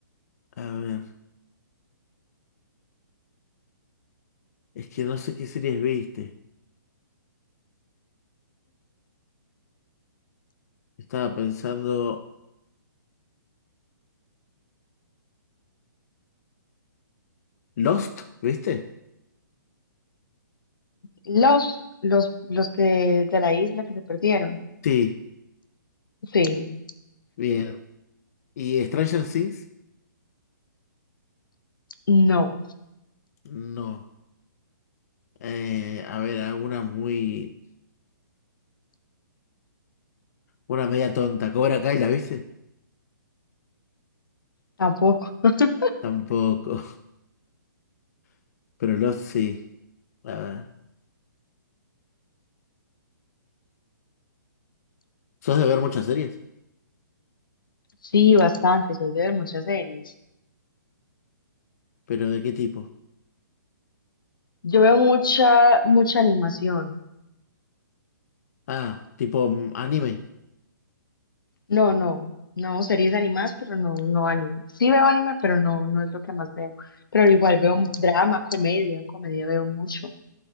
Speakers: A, on the left; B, on the left.
A: A ver, es que no sé qué series viste. Estaba pensando. ¿Lost? ¿Viste?
B: Los, los, los que de la isla que se perdieron.
A: Sí,
B: Sí,
A: bien. ¿Y Stranger Things?
B: no,
A: No. Eh, a ver, alguna muy. Una media tonta. ¿Cobra Kai la viste?
B: tampoco. <laughs>
A: Tampoco. <laughs> Pero Lost sí. A ver. ¿Sos de ver muchas series?
B: Sí, bastante, soy de ver muchas series.
A: ¿Pero de qué tipo?
B: Yo veo mucha, mucha animación.
A: Ah, tipo mm, anime.
B: No, no, no, series animadas, pero no, no anime. Sí veo anime, pero no, no es lo que más veo. Pero igual veo drama, comedia, comedia veo mucho.